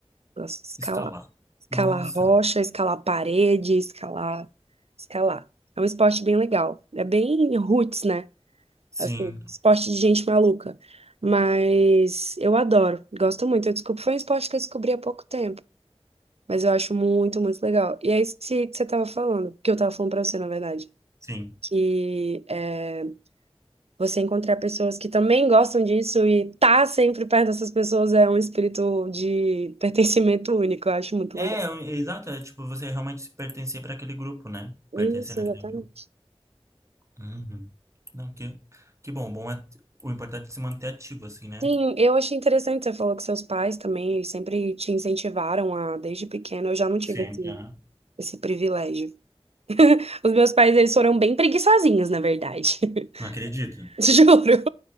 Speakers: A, on the right (about 75°); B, on the right (about 30°).
A: Gosto de escalar.
B: Escalar.
A: Escalar
B: Nossa.
A: rocha, escalar parede, escalar, escalar. É um esporte bem legal. É bem roots, né?
B: Sim,
A: Assim, esporte de gente maluca. Mas eu adoro, gosto muito. Eu desculpa, foi um esporte que eu descobri há pouco tempo. Mas eu acho muito, muito legal. E é isso que você estava falando, que eu estava falando pra você, na verdade.
B: sim.
A: Que é, você encontrar pessoas que também gostam disso e tá sempre perto dessas pessoas é um espírito de pertencimento único. Eu acho muito
B: É,
A: legal.
B: é exato. É tipo você realmente pertencer para aquele grupo, né?
A: Isso,
B: Pertencer naquele
A: exatamente.
B: grupo. Uhum. Não, que, que bom, bom é o importante é se manter ativo, assim, né?
A: Sim, eu achei interessante, você falou que seus pais também, eles sempre te incentivaram a, desde pequeno, eu já não tive
B: Sim,
A: esse,
B: aham.
A: esse privilégio. Os meus pais, eles foram bem preguiçosinhos, na verdade. <laughs>
B: Não acredito.
A: Juro.